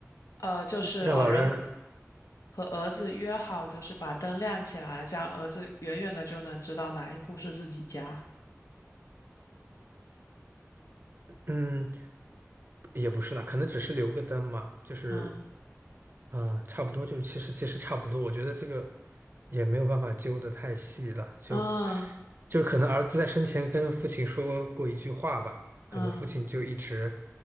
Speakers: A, on the left (about 85°); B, on the right (about 40°).
A: 呃，就是老人跟
B: 让老人，
A: 和儿子约好，就是把灯亮起来，这样儿子远远的就能知道哪一户是自己家。
B: 嗯，也不是啦，可能只是留个灯嘛，就是
A: 嗯
B: 啊，差不多就是，其实其实差不多，我觉得这个也没有办法揪得太细了，就
A: 嗯
B: 就是可能儿子在生前跟父亲说过一句话吧，可能父亲就一直
A: 嗯